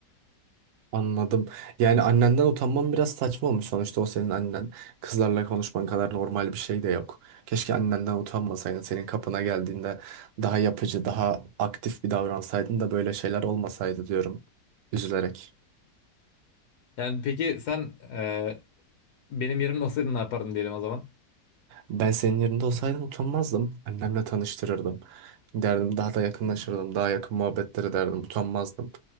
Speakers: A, on the right (about 80°); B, on the left (about 70°).
A: Anladım. Yani annenden utanman biraz saçma olmuş sonuçta o senin annen. Kızlarla konuşman kadar normal bir şey de yok. Keşke annenden utanmasaydın. Senin kapına geldiğinde daha yapıcı, daha aktif bir davransaydın da böyle şeyler olmasaydı diyorum. Üzülerek.
B: Yani peki sen e, benim yerimde olsaydın ne yapardın diyelim o zaman?
A: Ben senin yerinde olsaydım utanmazdım. Annemle tanıştırırdım. Derdim daha da yakınlaşırdım. Daha yakın muhabbetler ederdim. Utanmazdım.